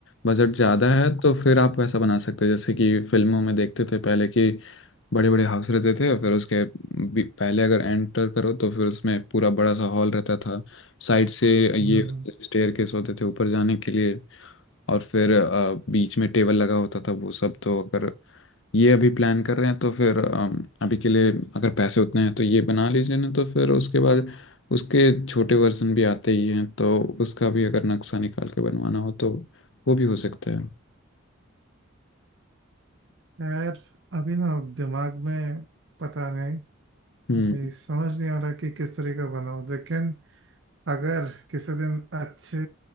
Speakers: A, on the left (about 60°); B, on the right (about 60°).
A: बजट ज़्यादा है तो फिर आप वैसा बना सकते हैं जैसे कि फिल्मों में देखते थे पहले कि बड़े बड़े हाउस रहते थे फिर उसके बी- पहले अगर एंटर करो तो फिर उसमें पूरा बड़ा सा हॉल रहता था साइड से ये
B: हम्म
A: स्टेयर केस होते थे ऊपर जाने के लिए और फिर अ, बीच में टेबल लगा होता था वो सब तो अगर ये अभी प्लान कर रहे हैं तो फिर अम, अभी के लिए अगर पैसे उतने हैं तो ये बना लीजिए ना तो फिर उसके बाद उसके छोटे वर्जन भी आते ही हैं तो उसका भी अगर नक्शा निकाल के बनवाना हो तो वो भी हो सकता है
B: यार अभी ना दिमाग में पता नहीं
A: हम्म
B: अभी समझ नहीं आ रहा कि किस तरह का बनाऊं लेकिन अगर किसी दिन अच्छे